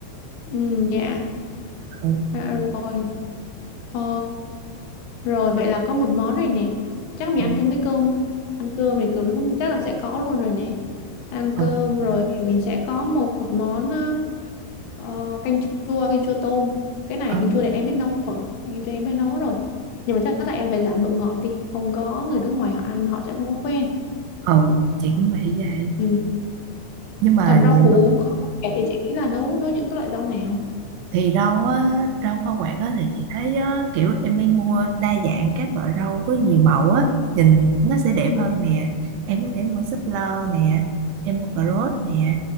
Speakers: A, on the left; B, on the right.
A: Ừ, dạ.
B: ừ,
A: À, rồi. Ờ, rồi vậy là có một món rồi nè. Chắc mình
B: ừ,
A: ăn chung với cơm. Ăn cơm thì cứ lúc chắc là sẽ có luôn rồi nè. Ăn
B: ừ,
A: cơm rồi mình sẽ có một, một món ờ, ờ, canh chua, canh chua tôm. Cái này
B: ừ,
A: canh chua này em biết nấu rồi. Canh chua em biết nấu rồi. Nhưng mà chắc là em phải giảm độ ngọt đi. Không có người nước ngoài họ ăn họ sẽ không có quen.
B: ừ chị cũng vậy vậy
A: Ừ.
B: nhưng mà
A: Còn
B: nhiều
A: rau
B: lúc
A: củ kho thì chị nghĩ là nấu nấu những cái loại rau nào?
B: thì rau á rau hoa quả á thì chị thấy á, kiểu em nên mua đa dạng các loại rau với nhiều màu á nhìn nó sẽ đẹp
A: Ừ.
B: hơn nè em có thể mua súp lơ nè em mua cà rốt nè